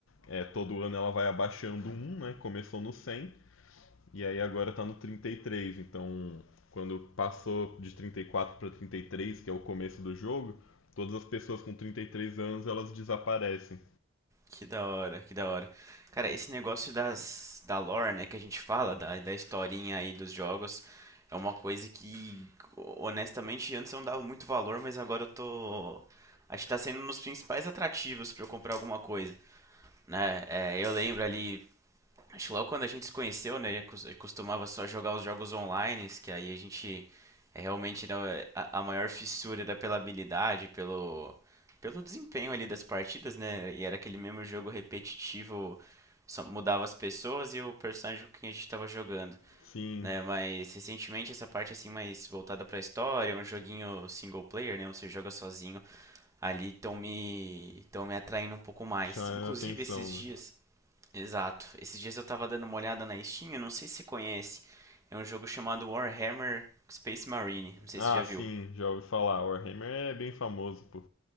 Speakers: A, on the left; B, on the right.
A: é, todo ano ela vai abaixando um, né? Começou no 100 e aí agora tá no 33. Então, quando passou de 34 para 33, que é o começo do jogo, todas as pessoas com 33 anos elas desaparecem.
B: Que da hora, que da hora. Cara, esse negócio das, da lore, né, que a gente fala, da, da historinha aí dos jogos, é uma coisa que, honestamente, antes eu não dava muito valor, mas agora eu tô. Acho que tá sendo um dos principais atrativos pra eu comprar alguma coisa, né? É, eu lembro ali, Acho que logo quando a gente se conheceu, né, eu costumava só jogar os jogos online, que aí a gente é realmente né, a, a maior fissura era pela habilidade, pelo, pelo desempenho ali das partidas, né? E era aquele mesmo jogo repetitivo, só mudava as pessoas e o personagem com quem a gente estava jogando,
A: Sim,
B: né? Mas recentemente essa parte assim mais voltada para a história, um joguinho single player, né, onde você joga sozinho, ali estão me tão me atraindo um pouco mais.
A: chama
B: Inclusive
A: atenção,
B: esses dias
A: né?
B: Exato. Esses dias eu tava dando uma olhada na Steam, eu não sei se você conhece. É um jogo chamado Warhammer Space Marine, não sei
A: Ah,
B: se você já
A: sim,
B: viu.
A: já ouvi falar. Warhammer é bem famoso, pô.